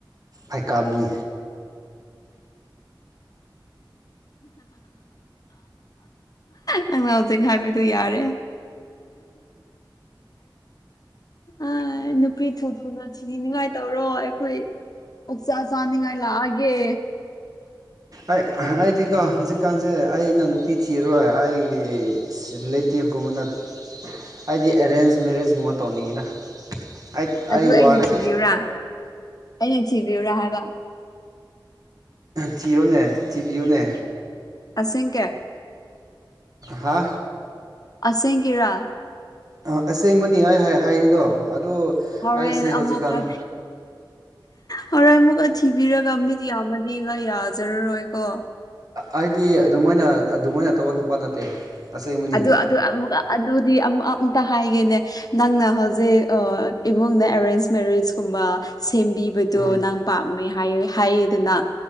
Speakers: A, on the right (about 50°); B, on the left (about 50°).
A: ꯑꯥꯏꯀꯥꯝꯅꯤ
B: ꯅꯪꯅ ꯍꯧꯖꯤꯛ ꯍꯥꯏꯕ ꯑꯗꯨ ꯌꯥꯔꯦ ꯑꯥ ꯅꯨꯄꯤ ꯊꯨ ꯊꯨꯅ ꯊꯤꯅꯤꯡꯉꯥꯏ ꯇꯧꯔꯣ ꯑꯩꯈꯣꯏ ꯑꯣꯛꯆꯥꯥ ꯆꯅꯤꯉꯥꯏ ꯂꯛꯑꯒꯦ
A: ꯑꯩ ꯑꯩꯗꯤꯀꯣ ꯍꯧꯖꯤꯛꯀꯥꯟꯁꯦ ꯑꯩꯅ ꯅꯨꯄꯤ ꯊꯤꯔꯔꯣꯏ ꯑꯩ ꯔꯤꯂꯦꯇꯤꯞꯀꯨꯝꯕꯅ ꯍꯥꯏꯗꯤ ꯑꯦꯔꯦꯟꯖ ꯃꯦꯔꯦꯖꯀꯨꯝꯕ ꯇꯧꯅꯤꯡꯉꯤꯗ ꯑꯩꯇ
B: ꯑꯗꯨ
A: ꯑꯥꯏ
B: ꯑꯩꯅ
A: ꯋꯥꯔꯦ
B: ꯊꯤꯕꯤꯌꯨꯔꯥ ꯑꯩꯅ ꯊꯤꯕꯤꯌꯨꯔꯥ ꯍꯥꯏꯕ
A: ꯊꯤꯌꯨꯅꯦ ꯊꯤꯕꯤꯌꯣꯅꯦ
B: ꯑꯁꯦꯡꯀꯤ
A: ꯍꯥ
B: ꯑꯁꯦꯡ ꯀꯤꯔꯥ
A: ꯑꯥ ꯑꯁꯦꯡꯕꯅꯤ ꯑꯩ ꯍꯥꯏꯔꯤꯗꯣ ꯑꯗꯨ
B: ꯍꯣꯔꯦꯟ
A: ꯑꯩꯁꯦ ꯍꯧꯖꯤꯛꯀꯥꯟ
B: ꯑꯃꯨꯛꯀꯥ ꯍꯣꯔꯦꯟ ꯑꯃꯨꯛꯀꯥ ꯊꯤꯕꯤꯔꯒ ꯃꯤꯠ ꯌꯥꯝꯃꯗꯤ ꯉꯥ ꯌꯥꯖꯔꯔꯣꯏꯀꯣ
A: ꯑꯩꯗꯤ ꯑꯗꯨꯃꯥꯏꯅ ꯑꯗꯨꯃꯥꯏꯅ ꯇꯧꯕ ꯅꯨꯄꯥ ꯅꯠꯇꯦ ꯑꯁꯦꯡꯕꯅꯤ
B: ꯑꯗꯨ ꯑꯃꯨ ꯑꯃꯨꯛ ꯑꯗꯨꯗꯤ ꯑꯃꯨꯛ ꯑꯝꯇ ꯍꯥꯏꯒꯦꯅꯦ ꯅꯪꯅ ꯍꯧꯖꯤꯛ ꯏꯃꯨꯡꯅ ꯑꯦꯔꯦꯟꯖ ꯃꯦꯔꯤꯌꯦꯖꯀꯨꯝꯕ ꯁꯦꯝꯕꯤꯕꯗꯣ
A: ꯎꯝ
B: ꯅꯪ ꯄꯥꯝꯃꯦ ꯍꯥꯏ ꯍꯥꯏꯌꯦꯗꯅ